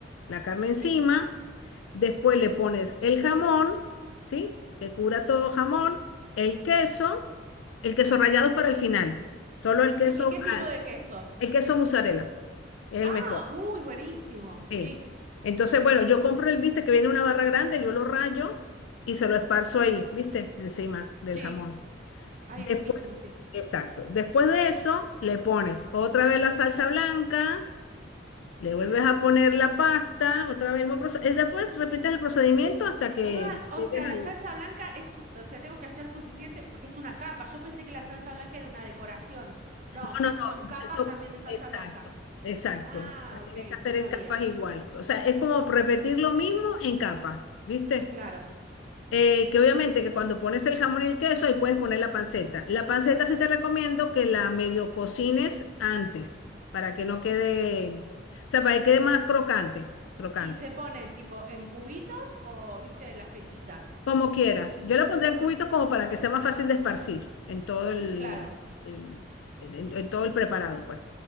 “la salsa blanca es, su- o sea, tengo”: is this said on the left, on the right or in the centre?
Right